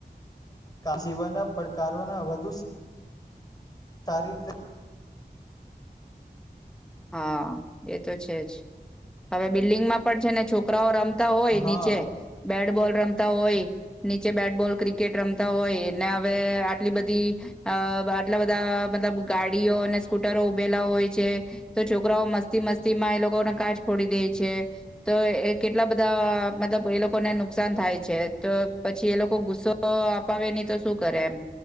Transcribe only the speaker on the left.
જીવનના પડકારોના વધુ સારી રીતે
હા